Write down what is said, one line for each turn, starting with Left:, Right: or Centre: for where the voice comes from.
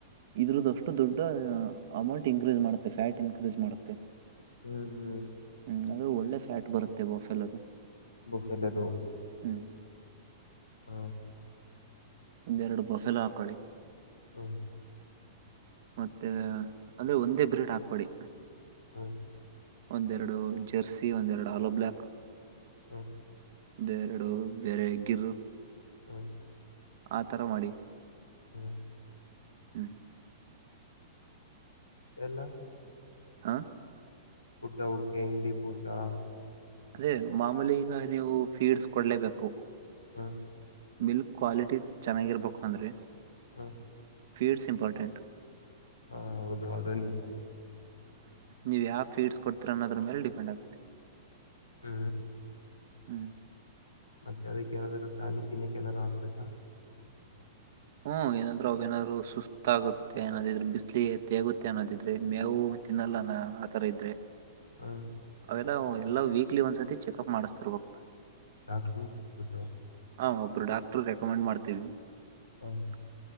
Right: ಇದ್ರದ್ದ್ ಅಷ್ಟು ದೊಡ್ಡ ಅಮೌಂಟ್ ಇನ್ಕ್ರೀಸ್ ಮಾಡುತ್ತೆ ಫ್ಯಾಟ್ ಇನ್ಕ್ರೀಸ್ ಮಾಡುತ್ತೆ.
Left: ಹ್ಮ್ ಹ್ಮ್
Right: ಹ್ಮ್ ಅದು ಒಳ್ಳೆ ಫ್ಯಾಟ್ ಬರುತ್ತೆ ಬೋಫೆಲೊದು.
Left: ಬೊಫೆಲೊದು.
Right: ಹ್ಮ್
Left: ಹ
Right: ಒಂದೆರಡು ಬೊಫೆಲೊ ಹಾಕೊಳ್ಳಿ.
Left: ಹ್ಮ
Right: ಮತ್ತೆ ಅಂದ್ರೆ ಒಂದೇ ಬ್ರೀಡ್ ಹಾಕ್ಬೇಡಿ.
Left: ಹಾ
Right: ಒಂದೆರಡು ಜರ್ಸಿ ಒಂದೆರಡು ಹಾಲೋ ಬ್ಲಾಕ್.
Left: ಹ್ಮ
Right: ಒಂದೆರಡು ಬೇರೆಂಗಿರು.
Left: ಹಾ
Right: ಆ ತರ ಮಾಡಿ.
Left: ಹ್ಮ್
Right: ಹ್ಮ್
Left: ಡೆಲ್ಲ
Right: ಹಾ
Left: ಫುಡ್ ಅವ್ಕೆ ಇಂಡಿ ಬೂಸಾ.
Right: ಅದೇ ಮಾಮೂಲಿ ಈಗ ನೀವು ಫೀಡ್ಸ್ ಕೊಡ್ಲೇಬೇಕು.
Left: ಹ್ಮ
Right: ಮಿಲ್ಕ್ ಕ್ವಾಲಿಟಿ ಚೆನ್ನಾಗಿರ್ಬೇಕು ಅಂದ್ರೆ.
Left: ಹಾ
Right: ಫೀಡ್ಸ್ ಇಂಪಾರ್ಟೆಂಟ್.
Left: ಹಾ ಹೌದು ಅದು ನಿಜಾನೆ.
Right: ನೀವು ಯಾವ ಫೀಡ್ಸ್ ಕೊಡ್ತಿರಾ ಅನ್ನೋದ್ರ್ ಮೇಲೆ ಡಿಪೆಂಡ್ ಆಗುತ್ತೆ.
Left: ಹ್ಮ
Right: ಹ್ಮ್
Left: ಮತ್ತೆ ಅದಕ್ಕೆ ಯನಾದ್ರು ಟಾನಿಕ್ ಗೀನಿಕ್ ಏನಾರು ಹಾಕ್ಬೇಕಾ?
Right: ಹ್ಮ್ ಏನಾದ್ರು ಅವೇನಾದ್ರು ಸುಸ್ತ್ ಆಗುತ್ತೆ ಅನ್ನೋದಿದ್ರೆ ಬಿಸ್ಲಿಗೆ ತೇಗುತ್ತೆ ಅನ್ನೋದಿದ್ರೆ ಮೇವು ತಿನ್ನಲ್ಲಾನ ಆತರ ಇದ್ರೆ.
Left: ಹ್ಮ
Right: ಅವೆಲ್ಲ ಎಲ್ಲಾ ವೀಕ್ಲಿ ಒಂದ್ಸತಿ ಚೆಕ್ ಅಪ್ ಮಾಡಿಸ್ತಿರ್ಬೇಕು.
Left: <unintelligible>
Right: ಹಾ ಒಬ್ರು ಡಾಕ್ಟರ್ ರೆಕಮೆಂಡ್ ಮಾಡ್ತೀವಿ.
Left: ಹಾ
Right: <unintelligible>